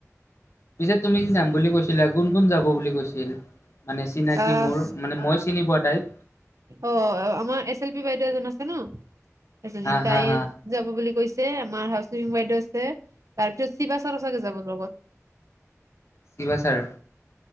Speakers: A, on the left; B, on the right.
A: পিছে তুমি যাম বুলি কৈছিলা কোন কোন যাব বুলি গৈছিল মানে চিনাকি
B: আহ
A: মোৰ মানে মই চিনি পোৱা টাইপ
B: অ আমাৰ এছ এল পি বাইদেউ এজন আছে ন এজনী
A: হা হা
B: তাই
A: হা
B: যাব বুলি কৈছে আমাৰ হাউচিং বাইদেউ আছে তাৰ পিছত শিৱাচাৰো চাগে যাব লগত
A: শিৱা ছাৰ